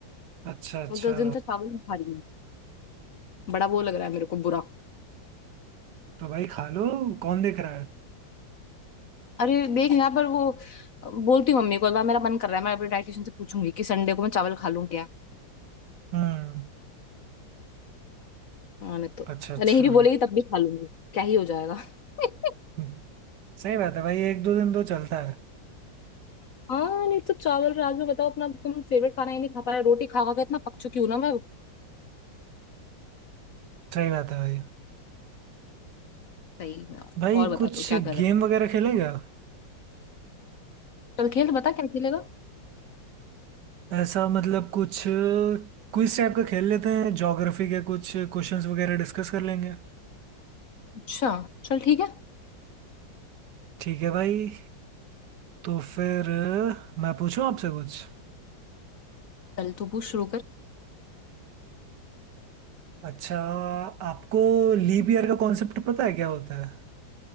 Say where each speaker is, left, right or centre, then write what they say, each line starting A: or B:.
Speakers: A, on the right; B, on the left.
A: अच्छा अच्छा
B: वो दस दिन से चावल नहीं खा रही हूँ बड़ा वो लग रहा है मेरे को बुरा
A: तो भाई खा लो कौन देख रहा है
B: अरे देख यहाँ पर वो बोलती हूँ मम्मी को एक बार मेरा मन कर रहा है मैं अपने डाइटिशियन से पूछूंगी कि संडे को मैं चावल खा लूँ क्या
A: हम्म
B: मैंने तो
A: अच्छा अच्छा
B: नहीं भी बोलेगी तब भी खा लूंगी क्या ही हो जाएगा <laughs>
A: हम्म, सही बात है भाई एक दो दिन तो चलता है
B: हाँ नहीं तो चावल रात में बताओ अपना तुम फेवरेट खाना ही नहीं खा पा रहे रोटी खा खा के इतना पक चुकी हूँ ना मैं
A: सही बात है भाई
B: सही में और
A: भाई
B: और
A: कुछ
B: बता तू क्या कर रहा
A: गेम
B: है
A: वगैरह खेलेगा
B: चल खेल बता क्या खेलेगा
A: ऐसा मतलब कुछ क्विज टाइप का खेल लेते हैं ज्योग्राफी के कुछ क्वेश्चंस वगैरह डिस्कस कर लेंगे
B: अच्छा चल ठीक है
A: ठीक है भाई तो फिर अ, मैं पूछूं आपसे कुछ
B: चल तू पूछ शुरू कर
A: अच्छा आपको लीप ईयर का कॉन्सेप्ट पता है क्या होता है